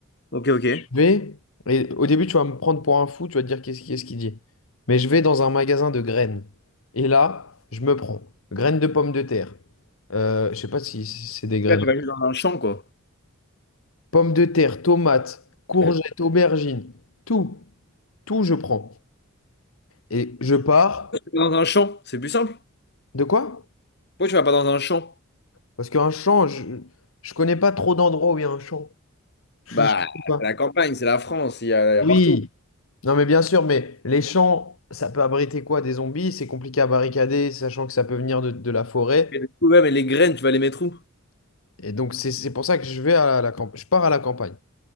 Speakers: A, on the left (about 55°); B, on the left (about 70°).
A: Ok, ok.
B: vais, et au début, tu vas me prendre pour un fou, tu vas te dire qu'est-ce quest ce qu'il dit. Mais je vais dans un magasin de graines. Et là, je me prends graines de pommes de terre. Euh, je sais pas si si c'est des graines.
A: Là, tu
B: hein.
A: vas juste dans un champ, quoi.
B: Pommes de terre, tomates, courgettes,
A: <laughs>
B: aubergines, tout, tout je prends. Et je pars.
A: Dans un champ, c'est plus simple.
B: De quoi?
A: Pourquoi tu vas pas dans un champ?
B: Parce qu'un champ, je, je connais pas trop d'endroits où il y a un champ. Je,
A: Bah,
B: je sais pas.
A: c'est la campagne, c'est la France, il y a, il y a
B: Oui,
A: partout.
B: Non, mais bien sûr, mais les champs, ça peut abriter quoi? Des zombies? C'est compliqué à barricader, sachant que ça peut venir de, de la forêt.
A: Mais le problème, et les graines, tu vas les mettre où?
B: Et donc, c'est c'est pour ça que je vais à la, campagne. Je pars à la campagne.